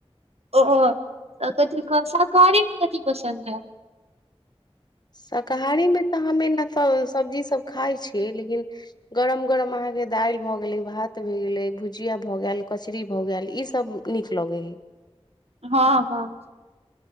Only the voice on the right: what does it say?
ओ त कथी कस साकारी मे कथि पसन्द है।
हँ हँ।